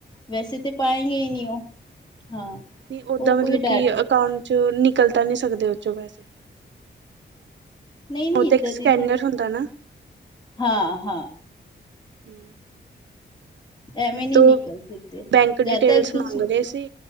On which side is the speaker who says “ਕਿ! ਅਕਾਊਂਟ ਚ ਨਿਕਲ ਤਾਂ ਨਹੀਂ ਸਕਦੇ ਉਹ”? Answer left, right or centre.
Right